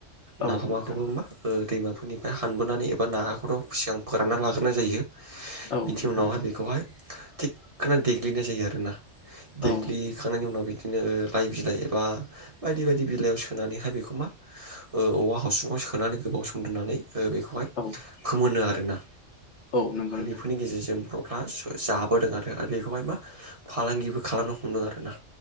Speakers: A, on the left; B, on the right.
A: औ
B: नाफामाखौबो
A: नोंथां
B: मा ओ दैमाफोरनिफ्राय हानबोनानै ना हाखराव एबा नाखौथ' खुसिया सिगां फोरानना लाग्रोनाय जायो
A: औ
B: बिनि
A: नोंथां
B: उनावहाय
A: औ
B: बेखौहाय थिखोना देग्लिनाय जायो आरोना देग्लिखांनायनि
A: औ
B: उनाव बिदिनो लाइ बिलाइ एबा बायदि-बायदि बिलाइयाव सोनानैहाय बेखौ मा औवा हासुंवाव सोनानै गो गंसं लोंनानै ओ बेखौहाय
A: औ
B: फोमोनो आरोना
A: औ नंगौ नोंथां
B: बेफोरनि गेजेरजों ना सु जाबोदों आरो बेखौहाय मा फालांगिबो खालामनो हमदों आरो ना